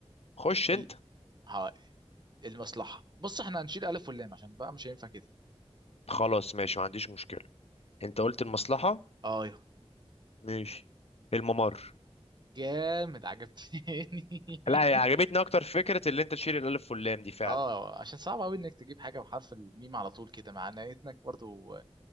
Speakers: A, on the left; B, on the right.
A: خش انت
B: ال... ها... المصلحة بص احنا هنشيل ألف واللام عشان بقى مش هينفع كده
A: خلاص ماشي ما عنديش مشكلة انت قلت المصلحة
B: أيوه
A: ماشي الممر
B: جامد عجبتني <laughs>
A: لا هي عجبتني اكتر فكرة اللي انت تشيل الالف واللام دي فعلا
B: اه عشان صعب قوي انك تجيب حاجه بحرف الميم على طول كده مع انك برضو